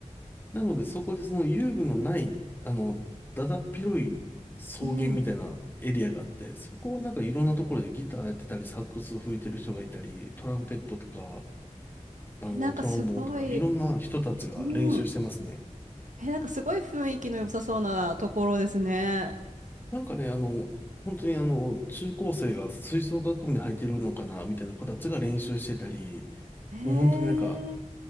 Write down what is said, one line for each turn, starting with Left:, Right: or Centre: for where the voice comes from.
Left: なので、そこでその遊具のない、あの、だだっ広い草原みたいなエリアがあって、
Right: うん。
Left: そこはなんかいろんなところでギターやってたり、サックス吹いてる人がいたり、トランペットとか、あの、
Right: え、なんかすごい、
Left: トロンボーンとか、いろんな人たちが練習してますね。
Right: うん。え、なんかすごい雰囲気の良さそうなところですね。
Left: なんかね、あの、本当にあの、中高生が吹奏楽部に入ってるのかな、みたいな子たちが練習してたり、
Right: へえ、
Left: もう本当になんか、